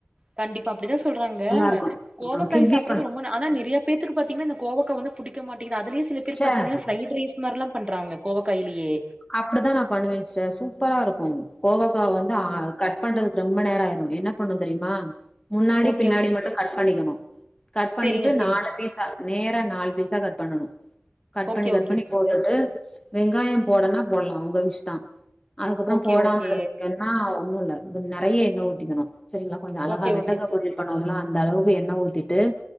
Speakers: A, on the right; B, on the left.
A: கண்டிப்பா அப்டிதா சொல்றாங்க
B: இருக்கு
A: கோவக்காய்
B: ஆ கிவ்வி
A: சாப்ட்றது
B: பழோ
A: ரொம்ப ந ஆனா நிறையா பேத்துக்கு பாத்தீங்கன்னா இந்த கோவக்கா வந்து புடிக்க மாட்டிங்கிது அதுலயு சில பேர்
B: ச்ச
A: பாத்திங்ன்னா ஃபிரைட் ரைஸ் மாரிலா பண்றாங்க கோவக்காயிலேயே
B: அப்டிதா நா பண்னுவே சிஸ்டர் சூப்பரா இருக்கு கோவக்கா வந்து ஆ கட் கட் பண்றதுக்கு ரொம்ப நேர ஆயிரும் என்ன பண்ணணு தெரியுமா முன்னாடி
A: ஓகே
B: பின்னாடி
A: ஓகே
B: மட்டும் கட் பண்ணிக்கணு கட் பண்ணிட்டு
A: செரிங்க செரிங்க
B: நாலு பீஸா நேரா நாலு பீஸா கட் பண்ணனு கட்
A: ஓகே
B: பண்ணி கட்
A: ஓகே
B: பண்ணி
A: சிஸ்டர்
B: போட்டுட்டு வெங்காயம் போடனா போடலா உங்க விஷ் தா அதுக்கப்புறோ
A: ஓகே
B: போடாம
A: ஓகே
B: இருந்திருக்கே ஆ ஒன்னு இல்ல கொஞ்ச நிறைய எண்ண ஊத்திக்கணு சரிங்களா கொஞ்ச அழகா
A: ஓகே
B: வெண்டக்கா
A: ஓகே சிஸ்
B: பொரியல் பண்ணுவோம்ல அந்த அளவுக்கு எண்ண ஊத்திட்டு